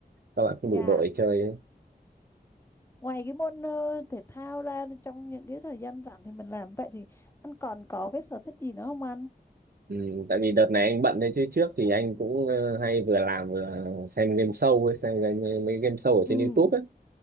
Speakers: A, on the right; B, on the left.
A: các bạn không
B: dạ
A: đủ đội chơi ấy.
B: ngoài cái môn ờ, thể thao ra trong những cái thời gian rảnh thì mình làm vậy thì anh còn có cái sở thích gì nữa không anh
A: ừ, tại vì đợt này anh bận đấy chứ trước thì anh cũng ờ, hay vừa làm vừa xem game show ấy, xem game, mấy game show ở
B: ừ
A: trên YouTube ấy